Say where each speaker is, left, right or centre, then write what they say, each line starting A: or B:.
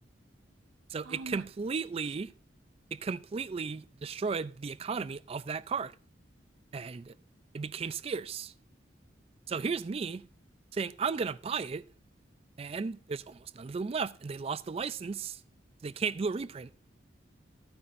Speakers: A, on the right (about 30°); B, on the right (about 75°).
A: So
B: Oh
A: it completely
B: my gosh.
A: it completely destroyed the economy of that card and it became scarce. So here's me saying I'm gonna buy it, and there's almost none of them left, and they lost the license. so They can't do a reprint.